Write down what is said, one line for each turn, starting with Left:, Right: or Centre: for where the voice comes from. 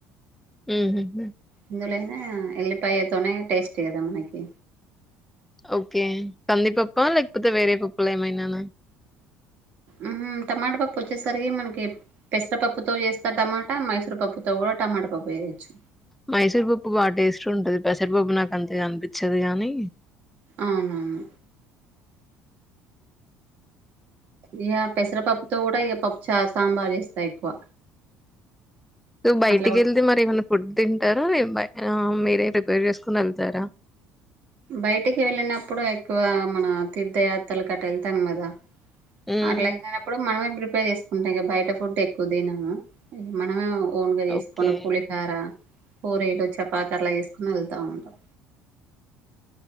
Centre: హుహుహు.
Right: ఇందులోనే ఎళ్లి పాయెక్ తోనే టేస్ట్ కదా మనకి
Centre: ఓకే కందిపప్పా లేకపోతే వేరే పప్పులేమైనానా
Right: ఊహూ టమాటా పప్పు వచ్చేసరికి మనకి పెసరపప్పుతో చేస్తారు టమాటా మైసూరు పప్పుతో కూడా టమాటా పప్పు చెయ్యొచ్చు
Centre: మైసూర్ పప్పు బా టేస్ట్ ఉంటది పెసరపప్పు నాకు అంతగా అన్పిచ్చదు గానీ
Right: అవునవును ఇగ పెసరపప్పుతో కూడా ఇగ పప్పు చా సాంబారు చేస్తా ఎక్కువ
Centre: నువ్వు బయటికెళ్తే
Right: అట్లా కూడా
Centre: మరి ఏమైనా ఫుడ్ తింటారా ఏం బై ఆ మీరే ప్రిపేర్ చేసుకోనెళ్తారా
Right: బయటికి వెళ్ళినప్పుడు ఎక్కువ మన తీర్థయాత్రలు గట్ట వెళ్తాం కదా
Centre: హ్మ్.
Right: అట్లాగలేనప్పుడు మనమే ప్రి పేర్ చేసుకుంటా ఇగ బయట ఫుడ్ ఎక్కువ తినము మనమే ఓన్గా చేసుకొని
Centre: ఓకే.
Right: పులిహార పూరీలు చపాతట్లా చేసుకుని వెళ్తా ఉంటాం